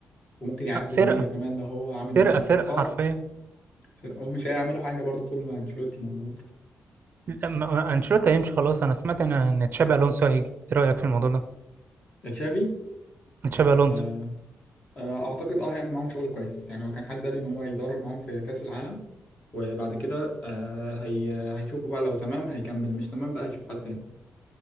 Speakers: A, on the left; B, on the right.
A: وممكن يعدي
B: آه، سرقة
A: ال 100 كمان ده هو عامل
B: سرقة
A: موسم
B: سرقة
A: كويس أه
B: حرفيا
A: سير- هو مش هيعملوا حاجة برضه طول ما أنشيلوتي موجود
B: لا، ما- ما- أنشيلوتي هيمشي خلاص أنا سمعت إن إن تشابي ألونسو هيجي إيه رأيك في الموضوع ده؟
A: تشافي
B: تشابي ألونسو
A: آه، آه، أعتقد أه هيعمل معاهم شغل كويس يعني هو كان حد قال إن هو هيدرب معاهم في كأس العالم وبعد كده آه، هي هيشوفوا بقى لو تمام هيكمل مش تمام بقى هيشوف حد تاني